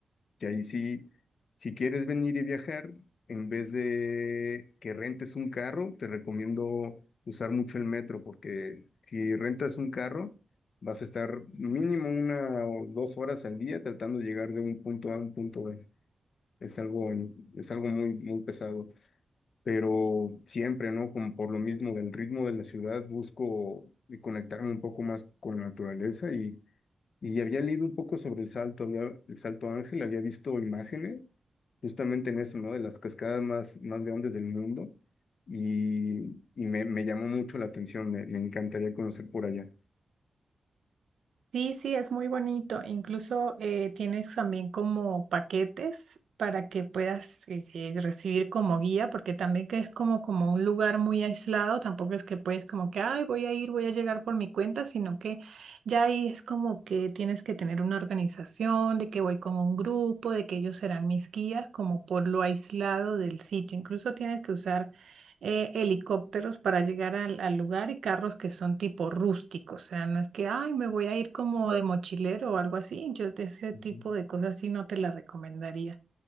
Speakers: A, on the left; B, on the right.
A: Que ahí sí, si quieres venir y viajar, en vez de que rentes un carro, te recomiendo usar mucho el metro, porque si rentas un carro, vas a estar mínimo una o dos horas al día tratando de llegar de un punto A a un punto B. Es algo, es algo muy, muy pesado. Pero siempre, ¿no? Como por lo mismo del ritmo de la ciudad, busco y conectarme un poco más con la naturaleza y, y había leído un poco sobre el Salto, había- el Salto Ángel, había visto imágenes justamente en eso, ¿no? De las cascadas más, más grandes del mundo. Y, y me, me llamó mucho la atención, me, me encantaría conocer por allá.
B: Sí, sí, es muy bonito. Incluso eh, tienes también como paquetes para que puedas eh, eh, recibir como guía, porque también que es como, como un lugar muy aislado, tampoco es que puedes como que, ay, voy a ir, voy a llegar por mi cuenta, sino que ya ahí es como que tienes que tener una organización, de que voy con un grupo, de que ellos serán mis guías, como por lo aislado del sitio. Incluso tienes que usar eh, helicópteros para llegar al, al lugar y carros que son tipo rústicos. O sea, no es que, ay, me voy a ir como de mochilero o algo así. Yo de ese
A: Ujú.
B: tipo de cosas sí no te la recomendaría.